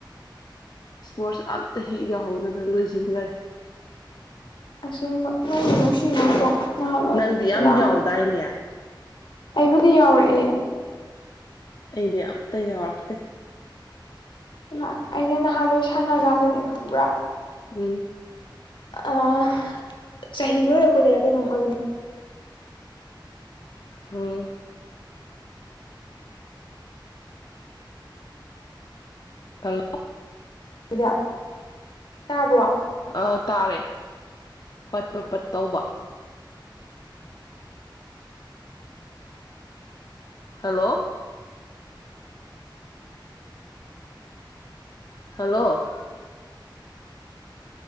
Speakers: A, on the left; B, on the left.
A: ꯏꯁꯄꯣꯔꯠꯁ ꯑꯝꯇꯥ ꯍꯦꯛ ꯌꯥꯎꯍꯧꯗꯅ ꯂꯣꯏꯁꯤꯟꯈꯔꯦ
B: ꯑꯁꯦꯡꯕ ꯅꯨꯡꯗꯤ ꯅꯨꯡꯁꯤꯕꯀꫭ ꯅꯍꯥꯟꯜꯋꯥꯏ
A: ꯅꯪꯗꯤ ꯌꯥꯝ
B: ꯂꯥꯡꯕ
A: ꯌꯥꯎꯗꯥꯏꯅꯦ
B: ꯑꯩꯕꯨꯗꯤ ꯌꯥꯎꯔꯛꯑꯦ
A: ꯑꯩꯗꯤ ꯑꯝꯇꯥ ꯌꯥꯎꯔꯛꯇꯦ
B: <unintelligible> ꯑꯩꯅ ꯅꯍꯥꯟ ꯋꯥꯏ ꯁꯥꯟꯅ ꯀꯥꯟꯗꯅꯦ ꯈꯪꯕ꯭ꯔꯥ
A: ꯎꯝ
B: ꯑꯥ ꯆꯍꯤ ꯂꫭꯏꯔꯛꯄꯩꯗꯔꯥ ꯀꯩꯅꫭꯝ ꯑꫭꯏꯕꯅ‌ꯦ
A: ꯎꯝ ꯍꯜꯂꯣ
B: ꯍꯤꯗ <unintelligible> ꯇꯥꯕ꯭ꯔꯣ
A: ꯑꯥ ꯇꯥꯔꯦ ꯄꯠ ꯄꯠ ꯄꯠ ꯇꯧꯕ ꯍꯜꯂꯣ ꯍꯜꯂꯣ